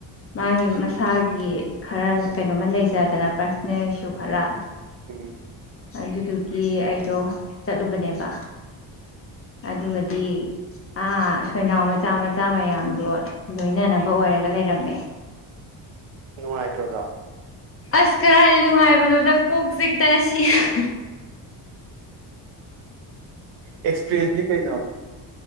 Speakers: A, on the left; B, on the right.
A: ꯃꯥꯒꯤ
B: ꯎꯝ
A: ꯃꯁꯥꯒꯤ ꯈꯔ ꯀꯩꯅꯣꯝꯃ ꯂꯩꯖꯗꯅ ꯄꯥꯔꯁꯅꯦꯜ ꯏꯁꯨ ꯈꯔ꯫
B: ꯎꯝ
A: ꯑꯗꯨꯗꯨꯒꯤ ꯑꯩꯗꯣ ꯆꯠꯂꯨꯕꯅꯦꯕ ꯑꯗꯨꯒꯗꯤ꯫
B: ꯑꯣ
A: ꯑꯥ ꯁꯣꯏꯅꯥꯎ ꯃꯆꯥ-ꯃꯆꯥ ꯃꯌꯥꯝꯗꯣ ꯂꯣꯏꯅꯅꯕ ꯑꯣꯏꯔꯒ ꯂꯩꯔꯝꯃꯦ꯫
B: ꯅꯨꯡꯉꯥꯏꯇ꯭ꯔꯣ ꯑꯗꯣ꯫
A: ꯑꯁ ꯀꯔꯥꯏꯗ ꯅꯨꯡꯉꯥꯏꯕꯅꯣꯗ ꯀꯣꯛ ꯆꯤꯛꯇꯅ ꯁꯤꯗꫭ <inaudible>
B: ꯑꯦꯛꯁꯄꯤꯔꯤꯌꯦꯟꯁꯅꯤ ꯀꯩꯅꯣ꯫